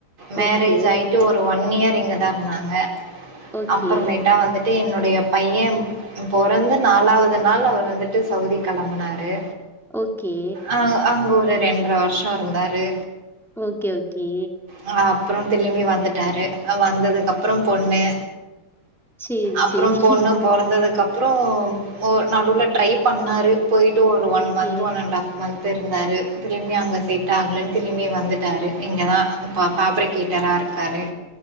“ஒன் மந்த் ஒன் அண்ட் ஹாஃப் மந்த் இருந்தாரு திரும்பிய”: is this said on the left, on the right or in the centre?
Right